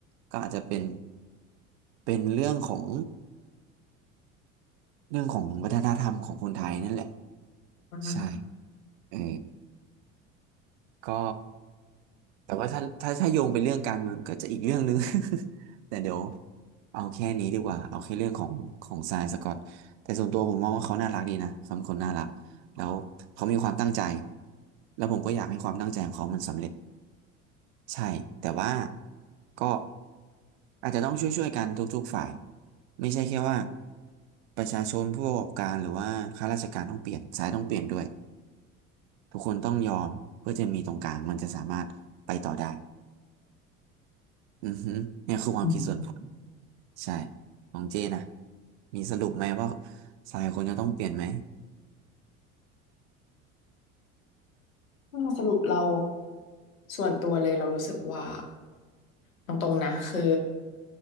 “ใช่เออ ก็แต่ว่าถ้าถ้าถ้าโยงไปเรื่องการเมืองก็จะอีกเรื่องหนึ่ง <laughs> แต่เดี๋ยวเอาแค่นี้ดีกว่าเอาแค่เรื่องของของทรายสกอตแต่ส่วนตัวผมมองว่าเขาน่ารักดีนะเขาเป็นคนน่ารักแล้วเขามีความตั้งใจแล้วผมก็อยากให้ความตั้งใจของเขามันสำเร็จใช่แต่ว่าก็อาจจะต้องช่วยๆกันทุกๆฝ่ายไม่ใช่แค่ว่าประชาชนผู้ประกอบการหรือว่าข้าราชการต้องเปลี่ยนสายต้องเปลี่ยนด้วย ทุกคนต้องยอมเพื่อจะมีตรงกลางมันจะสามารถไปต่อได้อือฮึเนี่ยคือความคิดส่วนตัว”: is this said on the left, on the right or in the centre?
Right